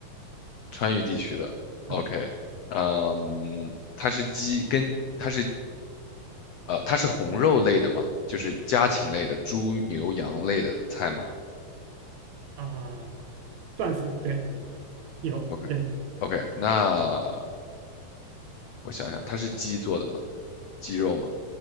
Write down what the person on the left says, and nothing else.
川渝地区的，OK，
嗯，它是鸡跟它是，呃，它是红肉类的嘛，就是家禽类的，猪、牛、羊类的菜嘛。
OK，OK，那我想想，它是鸡做的嘛，鸡肉嘛，